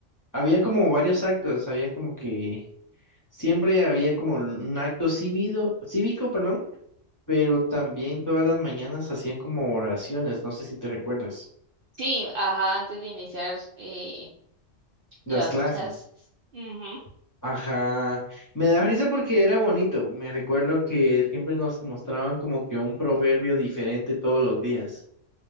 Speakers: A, on the left; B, on the right.
A: había como varios actos, había como que siempre había como un acto cívico, cívico, perdón, pero también todas las mañanas hacían como oraciones, no sé si te recuerdas,
B: Sí, ajá, antes de iniciar eh,
A: las
B: las
A: clases.
B: clases. Ujú.
A: Ajá, me da risa porque era bonito, me recuerdo que siempre nos mostraban como que un proverbio diferente todos los días.